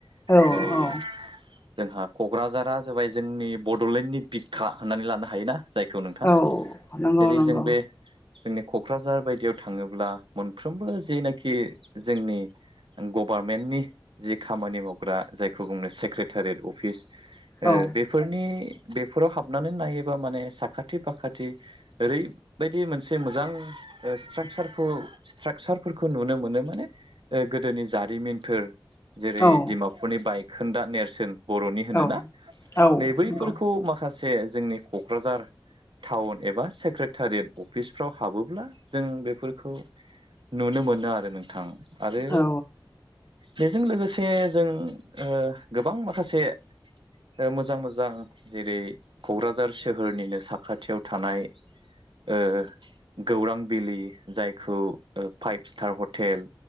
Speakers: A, on the left; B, on the right.
A: औ
B: जेरै
A: औ।
B: जोंहा क'ग्राझारा जाबाय जोंनि बड'लेण्डनि बिखा होननानै लानो हायो ना। जायखौ नोंथां
A: औ नंगौ
B: जेरै
A: नंगौ
B: जों बे जोंनि क'क्राझार बायदियाव थाङोब्ला मोनफ्रोमबो जेनाखि जोंनि गभार्नमेन्टनि जि खामानि मावग्रा जायखौ बुंनो सेक्रेटारियेट अफिस ओ
A: औ
B: बेफोरनि बेफोराव हाबनानै नायोबा माने साखाथि फाखाथि ओरैबायदि मोनसे मोजां ओ स्ट्राकसारखौ स्ट्राकचारफोरखौ नुनो मोनो माने ओ गोदोनि जारिमिनफोर जेरै
A: औ
B: दिमापुरनि बायखोन्दा नेरसोन बर' होनोना
A: औ औ
B: नै बैफोरखौ
A: नंगौ
B: माखासे जोंनि क'क्राझार टाउन एबा सेक्रेटारियेट अफिसफ्राव हाबोब्ला जों बेफोरखौ नुनो मोनो आरो नोंथां। आरो
A: औ
B: बेजों लोगोसे जों ओ गोबां माखासे ओ मोजां मोजां जेरै क'क्राझार सोहोरनिनो साखाथियाव थानाय ओ गौरां बिलि जायखौ ओ फाइभ स्टार हटेल